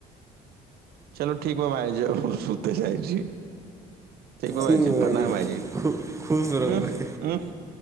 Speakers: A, on the right; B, on the right.
A: चलू ठीक यऽ भाईजी जाइ छी
B: ठीक भाइजी
A: <unintelligible>
B: खु खुश
A: <unintelligible>
B: रहू भाइजी